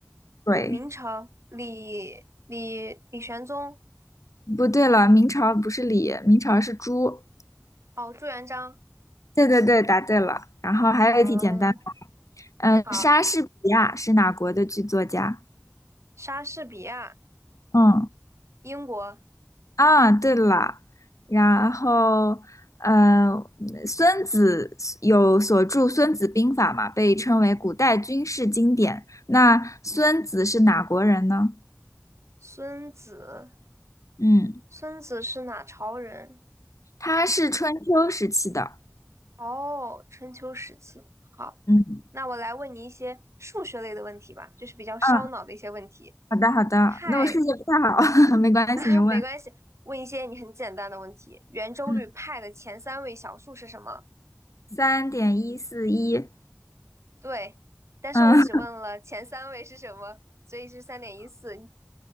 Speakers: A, on the left (about 90°); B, on the right (about 65°).
A: 对，
B: 明朝李李李玄宗。
A: 不对了，明朝不是李，明朝是朱。
B: 哦，朱元璋。
A: 对对对，答对了。然后还有一题简单的，
B: 嗯，
A: 嗯、
B: 好。
A: 莎士比亚是哪国的剧作家？
B: 莎士比亚，
A: 嗯。
B: 英国。
A: 啊，对了，然后呃，孙子有所著《孙子兵法》嘛，被称为古代军事经典。那孙子是哪国人呢？
B: 孙子，
A: 嗯，
B: 孙子是哪朝人？
A: 他是春秋时期的。
B: 哦，春秋时期。好，
A: 嗯
B: 那我来问你一些数学类的问题吧，就是比较烧脑的一些问题。
A: 嗯，好的好的，
B: 派，
A: 那我数学不太好，<laughs> 没关系，
B: <laughs> 啊，
A: 你问。
B: 没关系，问一些你很简单的问题。圆周率派的前三位小数是什么？
A: 嗯，三点一四一。
B: 对，但是我只问了前三位是什么，
A: 嗯，<laughs>
B: 所以是三点一四。